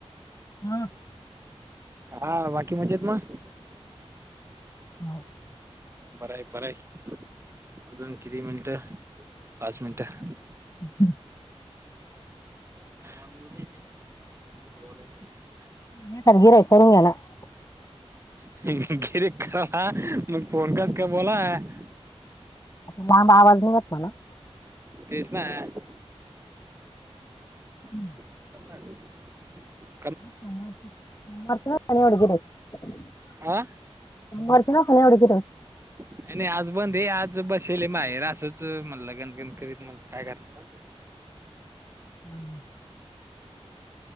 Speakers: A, on the left; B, on the right.
A: हां. <unintelligible>
B: हां वा की म्हणजे दोन. <unintelligible>
A: हो. <unintelligible>
B: बरं आहे बरं आहे अजून किती मिनटं पाच मिनटं. <unintelligible>
A: हम्म. <unintelligible>
B: <inaudible> <unintelligible>
A: <unintelligible> पळून गेला. <unintelligible>
B: <unintelligible> मग फोन कस कर मला? <unintelligible>
A: मला आवाज नाही येत मला. <unintelligible>
B: तेच ना. <unintelligible>
A: हम्म. <unintelligible>
B: <inaudible> <unintelligible>
A: <inaudible> <unintelligible>
B: हां? <unintelligible>
A: मरच ना खाल्या उडी घर <unintelligible>
B: नाही नाही आज बंद हे आज बसले माहेर असंच म्हणलं गणगन करीत म्ह काय करराय <unintelligible>
A: हम् <unintelligible>